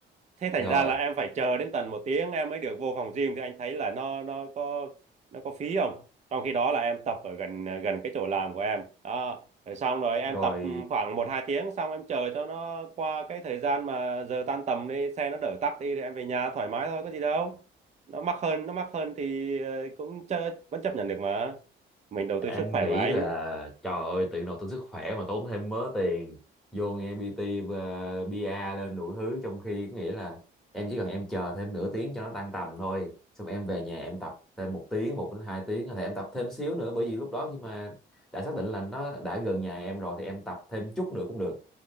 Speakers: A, on the right; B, in the centre.
A: thế thành
B: rồi
A: ra là em phải chờ đến tận một tiếng em mới được vô phòng gym thì anh thấy là nó nó có nó có phí không trong khi đó là em tập ở gần gần cái chỗ làm của em đó rồi xong rồi em
B: rồi
A: tập khoảng một hai tiếng xong em chờ cho nó qua cái thời gian mà giờ tan tầm đi xe nó đỡ tắc đi thì em về nhà thoải mái thôi có gì đâu nó mắc hơn nó mắc hơn thì ờ, cũng chớ, vẫn chấp nhận được mà mình đầu
B: anh
A: tư sức khỏe
B: nghĩ
A: mà anh
B: là trời ơi tiện đầu tốn sức khỏe mà tốn thêm mớ tiền vô nghe PT và PR lên đủ thứ trong khi có nghĩa là em chỉ cần em chờ thêm nửa tiếng cho nó tăng tầm thôi xong em về nhà em tập thêm một tiếng một đến hai tiếng thì em tập thêm xíu nữa bởi vì lúc đó khi mà đã xác định là nó đã gần nhà em rồi thì em tập thêm chút nữa cũng được